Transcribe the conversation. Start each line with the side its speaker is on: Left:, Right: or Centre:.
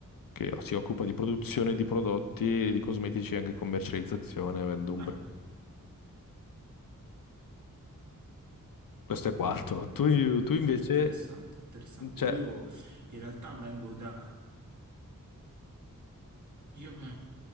Left: che si occupa di produzione di prodotti, di cosmetici e anche commercializzazione, avendo un
Right: Ah,
Left: brand. Questo è quanto. Tu, tu invece,
Right: ah, interessante, interessante.
Left: cioè,
Right: Io in realtà vengo da... Io,